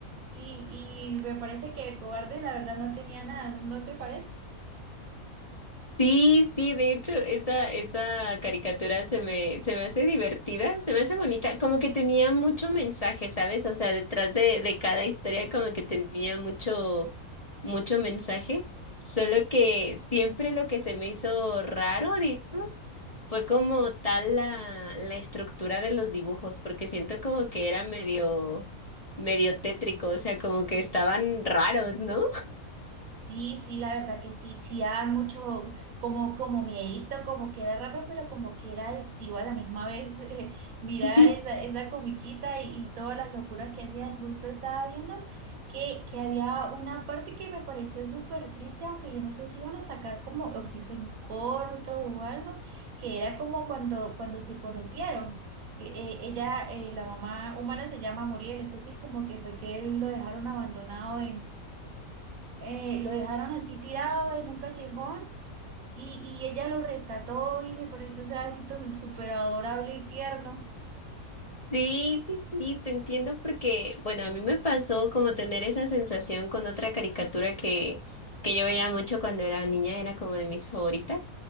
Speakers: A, on the right; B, on the left.
A: Y, y me parece que de cobarde la verdad no tenía nada, ¿no te parece?
B: Sí, sí, de hecho, esa, esa caricatura se me, se me hace divertida, se me hace bonita, como que tenía mucho mensaje, ¿sabes? O sea, detrás de, de cada historia como que tenía mucho, mucho mensaje, solo que siempre lo que se me hizo raro, digamos, fue como tal la, la estructura de los dibujos, porque siento como que era medio, medio tétrico, o sea, como que estaban raros, ¿no?
A: Sí, sí, la verdad que sí, sí daban mucho como, como miedito, como que era raro, pero como que era adictivo a la misma vez eh, <laughs> mirar
B: <laughs>
A: esa, esa comiquita y, y todas las locuras que hacían. Justo estaba viendo que, que había una parte que me pareció súper triste, aunque yo no sé si iban a sacar como, o si fue en corto o algo, que era como cuando, cuando se conocieron. que eh, ella, eh, la mamá humana se llama Muriel, entonces como que fue que él lo dejaron abandonado eh, lo dejaron así tirado en un callejón y, y ella lo rescató y me pareció, o sea, así tan súper adorable y tierno.
B: Sí, sí, sí, te entiendo porque, bueno, a mí me pasó como tener esa sensación con otra caricatura que, que yo veía mucho cuando era niña, era como de mis favoritas,